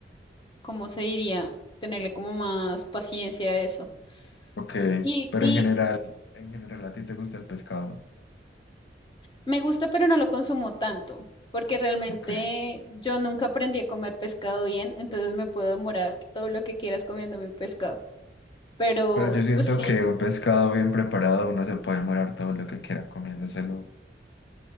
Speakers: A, on the left; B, on the left.
A: ¿cómo se diría? Tenerle como más paciencia a eso.
B: Ok,
A: Y,
B: pero
A: y,
B: en general, en general a ti te gusta el pescado.
A: Me gusta, pero no lo consumo tanto, porque realmente
B: Ok.
A: yo nunca aprendí a comer pescado bien, entonces me puedo demorar todo lo que quieras comiendo mi pescado. Pero,
B: Pero yo siento
A: pues sí.
B: que un pescado bien preparado uno se puede morar todo lo que quiera comiéndoselo.